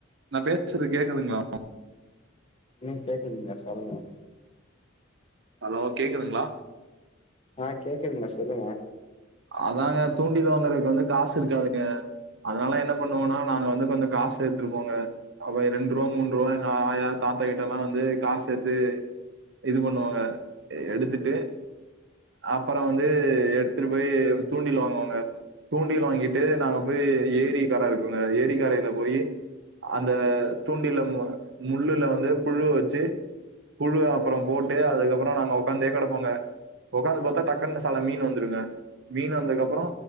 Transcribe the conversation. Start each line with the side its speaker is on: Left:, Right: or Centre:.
Right: நா பேசுறது கேக்குதுங்களா
Left: ம் கேக்குறீங்க சொல்ங்க
Right: ஹலோ கேக்குதுங்களா
Left: ஆ கேக்குதுங்க சொல்லுங்க
Right: அதாங்க தூண்டில் வாங்கறதுக்கு வந்து காசு இருக்காதுங்க அதுனால என்ன பண்ணுவோனா நாங்க வந்து கொஞ்சோ காசு சேத்துருப்போங்க அப்ப ரெண்டு ருவா மூன்று ருவா எங்க ஆயா தாத்தா கிட்டேல்லா வந்து காசு சேத்து இது பண்ணுவாங்க எடுத்துட்டு அப்பறோ வந்து எடுத்துட்டு போய் தூண்டில் வாங்குவாங்க தூண்டல் வாங்கிட்டு நாங்க போய் ஏரி கர இருக்குங்க ஏரி கரேல போயி அந்த தூண்டில மு முள்ளுல வந்து புழுவ வச்சு புழு அப்பறோ போட்டு அதுக்கப்பறோ நாங்க உக்காந்தே கெடப்போங்க உக்காந்து பாத்தா டக்குன்னு சல மீன் வந்துருங்க மீன் வந்ததுக் அப்பறோ